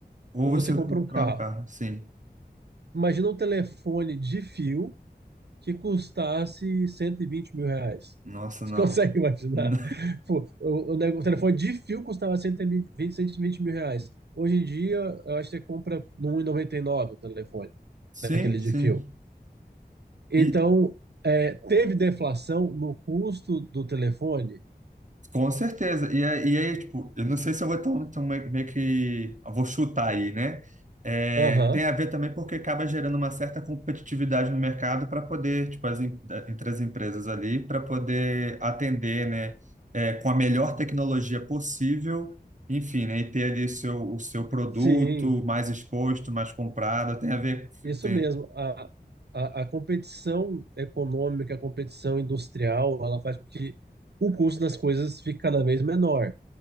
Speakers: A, on the right; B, on the right.
A: Ou
B: ou
A: você
B: você compra um carro.
A: prova o carro. Sim.
B: Imagina um telefone de fio que custasse 120 mil reais.
A: Nossa,
B: Você
A: não.
B: consegue <laughs> imaginar?
A: <laughs> Não.
B: Pô, O, o nego- o telefone de fio custava cento e vinte cento e vinte mil reais. Hoje em dia, eu acho que você compra no um e noventa e nove o telefone,
A: Sim,
B: daqueles
A: sim.
B: de fio. Então,
A: E,
B: é, teve deflação no custo do telefone?
A: Com certeza. E, aí, e aí, tipo, eu não sei se eu vou tão, tão meio meio que. eu vou chutar aí, né? É,
B: Aham,
A: tem a ver também porque acaba gerando uma certa competitividade no mercado para poder, tipo, as, em- da- entre as empresas ali, para poder atender, né? é, com a melhor tecnologia possível, enfim, né? E ter ali o seu, o seu produto
B: sim,
A: mais exposto, mais comprado. Tem a ver.
B: isso
A: Tem...
B: mesmo. A, a, a competição econômica, a competição industrial, ela faz com que o custo das coisas fique cada vez menor.